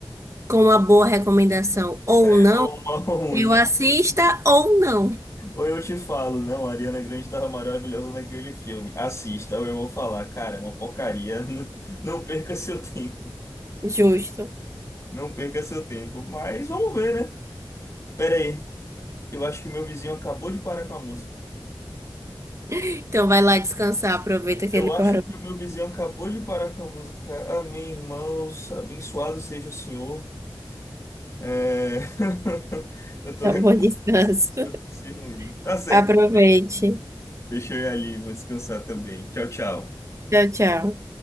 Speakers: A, on the right (about 35°); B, on the left (about 35°).
A: com uma boa recomendação ou
B: É
A: não,
B: Uma <laughs> ruim.
A: eu assista ou não.
B: Ou eu te falo, não, a Ariana Grande tava maravilhosa naquele filme. Assista, ou eu vou falar, cara, é uma porcaria. <laughs> Não, não perca seu tempo.
A: Justo.
B: Não perca seu tempo. Mas vamos ver, né? Pera aí. Eu acho que meu vizinho acabou de parar com a música.
A: Então vai lá descansar, aproveita que
B: Eu
A: ele
B: acho
A: parou.
B: que o meu vizinho acabou de parar com a música. Amém, irmãos. Abençoado seja o Senhor. É... <laughs> Eu tô
A: Tá
B: reclamando.
A: bom, descanso.
B: da Música música
A: <laughs>
B: ruim. Tá certo.
A: Aproveite.
B: Deixa eu ir ali, vou descansar também. Tchau, tchau.
A: Tchau, tchau.